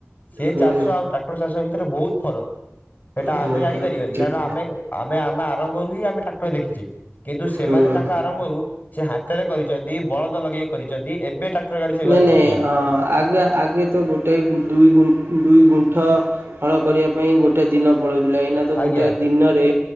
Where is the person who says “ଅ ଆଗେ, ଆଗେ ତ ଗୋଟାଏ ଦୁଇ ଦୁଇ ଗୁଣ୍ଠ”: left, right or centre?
Right